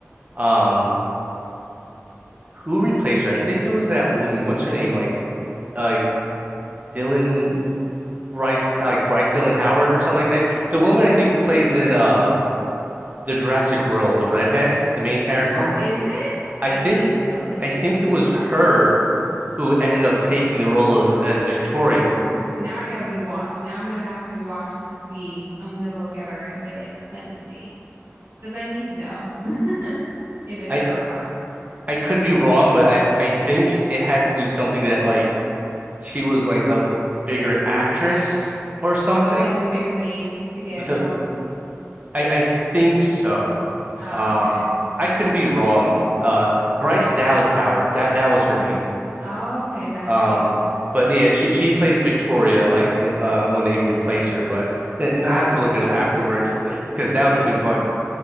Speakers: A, on the right; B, on the right.
A: um who replaced her? I think it was that woman. What's her name? Like like Dylan Bryce like Bryce Dylan Howard or something. Like I, the woman I think who plays in uh the Jurassic World, the redhead, the main character.
B: Oh, is it? I
A: I think
B: didn't even notice.
A: I think it was her who ended up taking the role of, as Victoria.
B: I'm now I gotta rewatch. Now I'm gonna have to rewatch to see. I'm gonna look at her and be like, let me see. Because I need to know <laughs> if it's
A: I, I
B: her or not.
A: I could be wrong, but I I think it had to do something that like she was like a bigger actress or something.
B: Oh, like the bigger name to get
A: The
B: more.
A: I I think so.
B: Ah,
A: Um,
B: okay.
A: I could be wrong. Uh, Bryce Dallas Howard. That that was her name.
B: Oh, okay, that's
A: Um.
B: her name.
A: But yeah, she she plays Victoria like in uh when they replace her, but and I have to look it up afterward <laughs> because now
B: Yeah.
A: it's going to bug me.